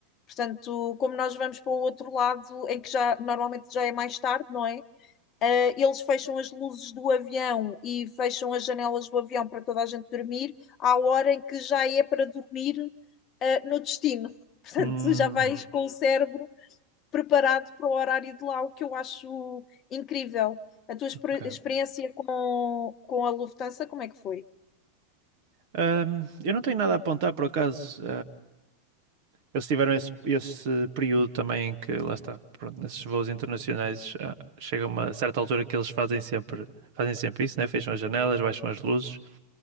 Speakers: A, on the left (about 40°); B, on the right (about 60°).
A: Portanto, como nós vamos para o outro lado, em que já normalmente já é mais tarde, não é? Uh, eles fecham as luzes do avião e fecham as janelas do avião para toda a gente dormir, à hora em que já é para dormir uh, no destino. <laughs> Portanto,
B: Hum,
A: tu já vais com o cérebro preparado para o horário de lá, o que eu acho incrível. A tua exper-
B: ok.
A: experiência com, com a Lufthansa, como é que foi?
B: Ahm, eu não tenho nada a apontar por acaso. Eles tiveram esse, esse período também que, lá está, pronto, nesses voos internacionais, ah, chega uma certa altura que eles fazem sempre, fazem sempre isso, né? Fecham as janelas, baixam as luzes,